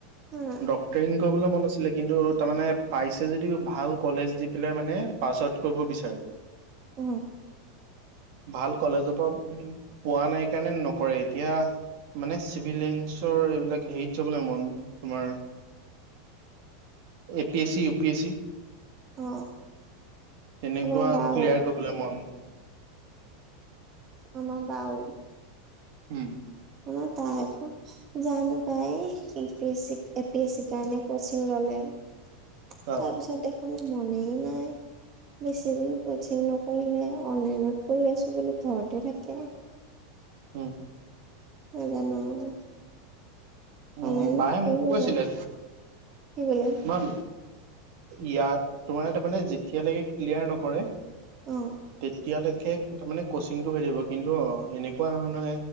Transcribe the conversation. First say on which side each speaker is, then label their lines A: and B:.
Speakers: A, on the right (about 25°); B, on the right (about 55°).
A: উম
B: ডক্টৰিং কৰিবলৈ মন আছিলে কিন্তু। তাৰ মানে পাইছে যদি ভাল কলেজ দি পেলাই মানে পাছ আউ কৰিব বিচাৰে।
A: উম।
B: ভাল কলেজৰ পৰা পোৱা নাই কাৰণে নকৰে এতিয়া। মানে চিভিলিংছৰ এইবিলাক হেৰিত যাবলৈ মন তোমাৰ।
A: <unintelligible>
B: APSC, UPSC. তেনেকুৱা
A: অ আমাৰ
B: ক্লিয়াৰ
A: বাও
B: কৰিবলৈ মন।
A: আমাৰ বাও।
B: হুম।
A: ম তাই আকৌ জানো পাই A A P S C কাৰণে কচিং ললে। তাৰপিছত
B: অ',
A: দেখোন মনে নাই। বেছিদিন কচিং নকৰিলে অনলাইনত কৰি আছো বুলি ঘৰতে থাকে।
B: উম।
A: নাজানো আও।
B: উম,
A: অনলাইন
B: বায়ে
A: কৰিব
B: মোক কৈছিলে
A: কি বুলি।
B: তোমাৰ ইয়াৰ তোমাৰ তাৰ মানে যেতিয়ালৈকে ক্লিয়াৰ নকৰে
A: অ
B: তেতিয়ালৈকে,। তাৰে কচিংটো হৈ থাকিব কিন্তু এনেকুৱা ধৰণে